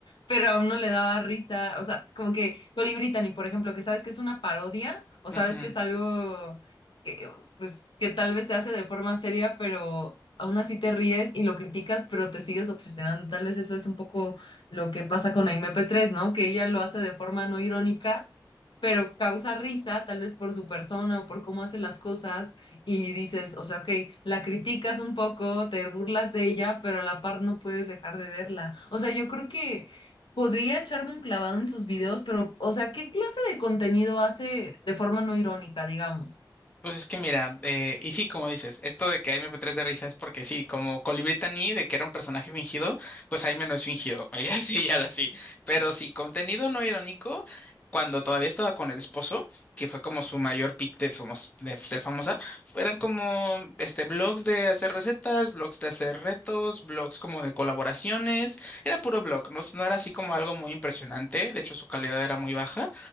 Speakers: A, on the left; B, on the left.
A: pero a uno le daba risa, o sea, como que Colibrí, ni por ejemplo, que sabes que es una parodia o sabes
B: Ujú.
A: que es algo que, pues, que tal vez se hace de forma seria, pero aún así te ríes y lo criticas, pero te sigues obsesionando. Tal vez eso es un poco lo que pasa con Aimee P3, ¿no? Que ella lo hace de forma no irónica, pero causa risa, tal vez por su persona o por cómo hace las cosas, y dices, o sea, ok, la criticas un poco, te burlas de ella, pero a la par no puedes dejar de verla. O sea, yo creo que podría echarme un clavado en sus videos, pero, o sea, ¿qué clase de contenido hace de forma no irónica, digamos?
B: Pues es que mira, eh, y sí, como dices, esto de que MP3 de risa es porque sí, como Colibrí Taní, de que era un personaje fingido, pues Jaime no es fingido, <laughs> ella sí, ella ahora sí. Pero sí, contenido no irónico, cuando todavía estaba con el esposo, que fue como su mayor pick de, famos- de ser famosa, eran como este, blogs de hacer recetas, blogs de hacer retos, blogs como de colaboraciones, era puro blog, no, no era así como algo muy impresionante, de hecho su calidad era muy baja